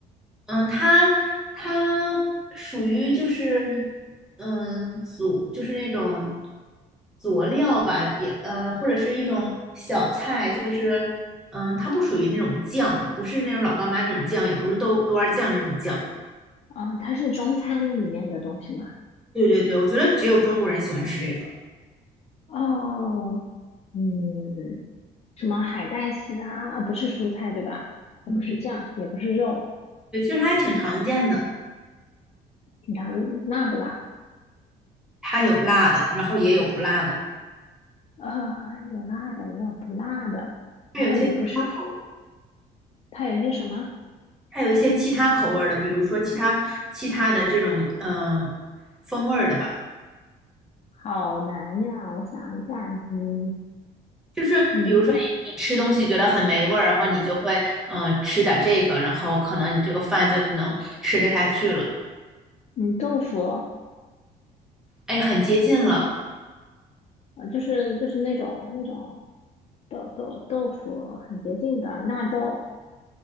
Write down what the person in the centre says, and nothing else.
嗯，它它属于就是嗯佐，就是那种佐料吧，也呃或者是一种小菜，就是嗯，它不属于那种酱，不是那种老干妈那种酱，也不是豆豆瓣酱那种酱。
对对对，我觉得只有中国人喜欢吃这个。
嗯，
对，其实它还挺常见的，
它有辣的，然后也有不辣的，
还有一些其他口味，
还有一些其他口味儿的，比如说其他其他的这种嗯、呃风味儿的吧。
就是比如说你吃东西觉得很没味儿，
然后你就会嗯、呃吃点这个，然后可能你这个饭就能吃得下去了，
哎，很接近了。